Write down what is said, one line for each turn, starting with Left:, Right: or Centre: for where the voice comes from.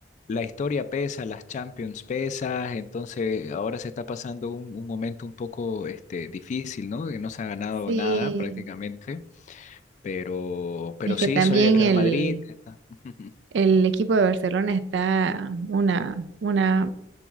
Left: la historia pesa, las Champions pesas, entonces ahora se está pasando un, un momento un poco este, difícil, ¿no? Que no se ha ganado
Right: Sí,
Left: nada prácticamente, pero, pero
Right: es
Left: sí,
Right: que también
Left: soy del Real
Right: el,
Left: Madrid. está- <laughs>
Right: el equipo de Barcelona está una, una,